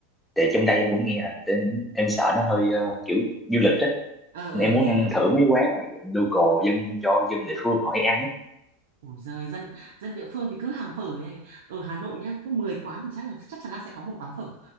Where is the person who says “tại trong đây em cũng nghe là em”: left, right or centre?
Centre